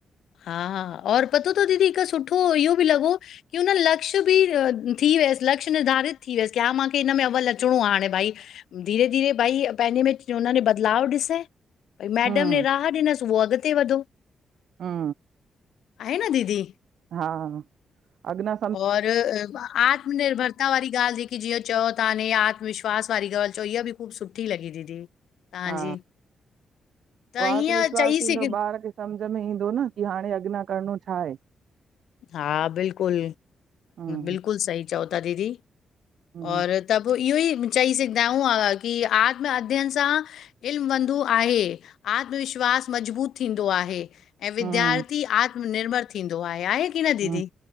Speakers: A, on the left (about 85°); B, on the right (about 65°).
A: हा और पतो तव दीदी हिकु सुठो इहो बि लॻो की हुन लक्ष्य बि थी वियस लक्ष्य निर्धारित थी वियसि। की हां मांगे हिन में अव्वल अचणो आहे हाणे भाई धीरे धीरे भाई पंहिंजे में जो उन में बदलाव ॾिसे। मैडम
B: हम्म,
A: ने राह ॾिनस उहो अॻते वधो।
B: हा
A: आहे न दीदी।
B: हा अग्न
A: और आत्मनिर्भरता वारी ॻाल्ह जेकी जिंय चओ था। न आत्मविश्वास वारी ॻाल्ह। चोइया बि ख़ूब सुठी लगे दीदी तव्हांजी
B: हा
A: त ईअं
B: आत्मविश्वास
A: चई
B: थींदो
A: सघ
B: ॿार खे सम्झ समझ में ईंदो न की हाणे अगना करणो छा आहे?
A: हा बिल्कुल
B: हम्म,
A: बिल्कुल सही चओ ता दीदी।
B: हम्म,
A: और त पोइ इहो ई, चई सघंदा आहियूं की आत्म अध्ययन सां इल्म वधंधू आहे आत्मविश्ववास विश्वास मजबूत थींदो आहे। ऐं विद्यार्थी
B: हम्म,
A: आत्मनिर्भर थींदो आहे। आहे की न दीदी?
B: हम्म।